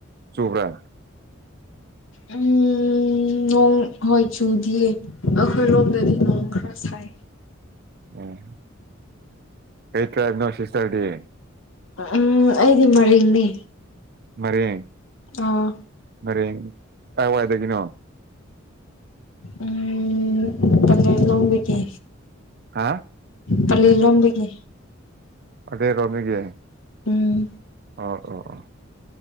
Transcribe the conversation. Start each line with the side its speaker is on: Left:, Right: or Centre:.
Right: ꯆꯨꯒ꯭ꯔꯦ
Left: ꯎꯝ ꯅꯣꯡ ꯍꯣꯏ ꯆꯨꯗꯤꯌꯦ ꯑꯩꯈꯣꯏ ꯔꯣꯝꯗꯗꯤ ꯅꯣꯡ ꯈꯔ ꯁꯥꯏ
Right: ꯑꯥ ꯀꯩ ꯇ꯭ꯔꯥꯞ ꯅꯣ ꯁꯤꯁꯇ꯭ꯔꯗꯤ
Left: ꯎꯝ ꯑꯩꯗꯤ ꯃꯔꯤꯡꯅꯦ
Right: ꯃꯔꯤꯡ
Left: ꯑꯥ
Right: ꯃꯔꯤꯡ ꯀꯥꯏꯋꯥꯏꯗꯒꯤꯅꯣ
Left: ꯎꯝ ꯄꯂꯦꯟ ꯂꯣꯝꯗꯒꯤ
Right: ꯍꯥ
Left: ꯄꯥꯂꯦꯟ ꯂꯣꯝꯗꯒꯤ
Right: ꯄꯂꯦꯟꯂꯣꯝꯗꯒꯤ
Left: ꯎꯝ
Right: ꯑꯣ ꯑꯣ ꯑꯣ